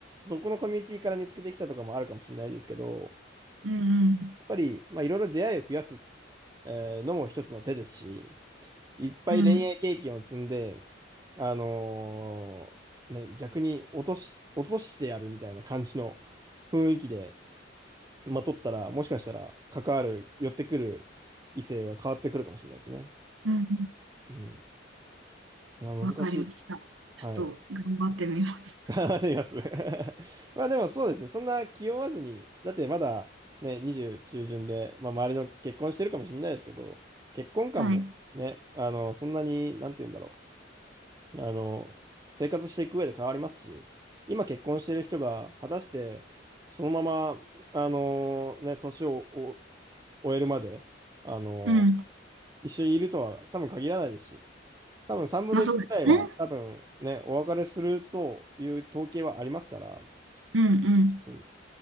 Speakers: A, on the right (about 20°); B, on the right (about 85°).
A: どこのコミュニティから見つけてきたとかもあるかもしれないですけど、
B: うんうん。
A: やっぱり、まあ、いろいろ出会いを増やす、えーのも一つの手ですし、いっぱい恋愛経験を積んで、
B: うん。
A: あのーね、逆に落とし、落としてやるみたいな感じの雰囲気で、まとったら、もしかしたら、関わる、寄ってくる異性が変わってくるかもしれないですね。
B: うんうん。
A: うん。いや、難しい。
B: わかりました。ちょっと頑張ってみます。
A: はい。
B: <laughs>
A: 頑張ってみます。<laughs> まあでもそうですね。そんな気負わずに、だってまだね、20中旬で、まあ周りの結婚してるかもしれないですけど、結婚観もね、
B: はい。
A: あの、そんなに、なんて言うんだろう。あの、生活していく上で変わりますし、今結婚してる人が果たしてそのまま、あの、ね、年をお終えるまで、あの、
B: うん。
A: 一緒にいるとは多分限らないですし、多分3分の1ぐらいは多分ね、
B: まあそうですね。
A: お別れするという統計はありますから、
B: うんうん。
A: うん